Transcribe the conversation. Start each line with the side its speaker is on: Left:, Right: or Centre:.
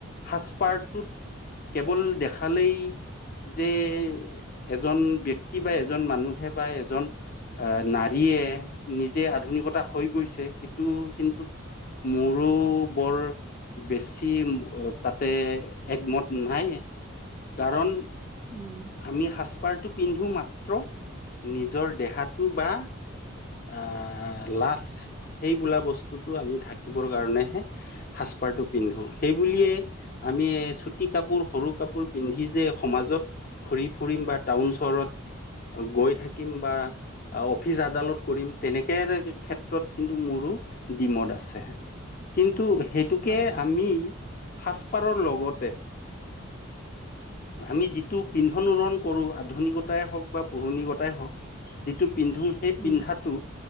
Left: সাজপাৰটোত- কেৱল দেখালেই- যে এজন ব্যক্তি বা এজন মানুহে বা এজ- এজন আহ নাৰীয়ে নিজে আধুনিকতা হৈ গৈছে সেইটো কিন্তু- মোৰো বৰ- বেছি তাতে একমত নাই। কাৰণ-
Right: উম।
Left: আমি সাজপাৰটো পিন্ধো মাত্ৰ নিজৰ দেহাটো বা- আহ লাজ সেইবোলা বস্তুটো আমি ঢাকিবৰ কাৰণেহে। সাজপাৰটো পিন্ধো। সেইবুলিয়েই-
Right: হয়
Left: আমি এই চুটি কাপোৰ, সৰু কাপোৰ পিন্ধি যে সমাজত- ঘুৰি ফুৰিম বা টাউন চহৰত গৈ থাকিম বা অফিচ আদালত- কৰিম, তেনেকে ক্ষেত্ৰত কিন্তু মোৰো ডিমত আছে। কিন্তু সেইটোকে
Right: হয় হয়
Left: আমি সাজপাৰৰ লগতে- আমি যিটো পিন্ধন উৰণ কৰো আধুনিকতাই হওঁক বা পৌৰণিকতাই হওঁক, - যিটো পিন্ধো সেই- পিন্ধাটো
Right: উম